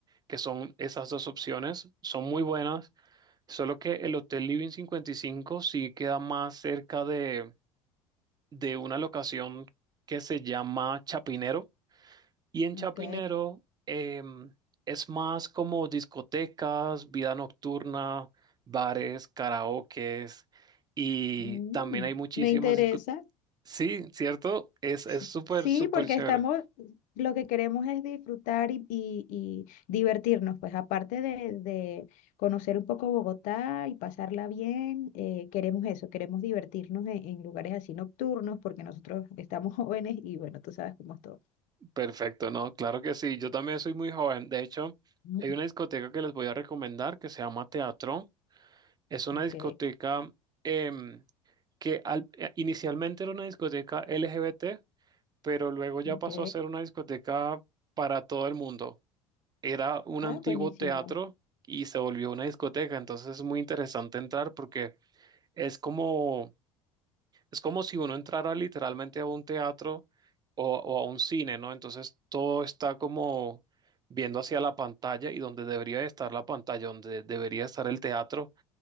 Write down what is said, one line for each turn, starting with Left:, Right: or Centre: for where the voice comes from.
Right: que son esas dos opciones, son muy buenas, solo que el Hotel Living 55 sí queda más cerca de, de una locación que se llama Chapinero. Y en
Left: ok.
Right: Chapinero em, es más como discotecas, vida nocturna, bares, karaokes y
Left: Mm,
Right: también hay muchísimas
Left: me interesa.
Right: discotecas. Sí, ¿cierto? Es,
Left: S-
Right: es súper,
Left: Sí,
Right: súper
Left: porque
Right: chévere.
Left: estamos, lo que queremos es disfrutar y, y- y divertirnos, pues aparte de, de conocer un poco Bogotá y pasarla bien, eh, queremos eso, queremos divertirnos en, en lugares así nocturnos, porque nosotros estamos <laughs> jóvenes y bueno, tú sabes cómo es todo.
Right: Perfecto, ¿no? Claro que sí. Yo también soy muy joven. De hecho,
Left: Mm,
Right: hay una discoteca que les voy a recomendar que se llama Teatro. Es una
Left: Ok,
Right: discoteca em, que al- eh, inicialmente era una discoteca LGBT, pero luego ya
Left: ok.
Right: pasó a ser una discoteca para todo el mundo. Era un
Left: Ah,
Right: antiguo
Left: buenísimo.
Right: teatro y se volvió una discoteca, entonces es muy interesante entrar porque es como, es como si uno entrara literalmente a un teatro o, o a un cine, ¿no? Entonces todo está como viendo hacia la pantalla y donde debería estar la pantalla, donde debería estar el teatro,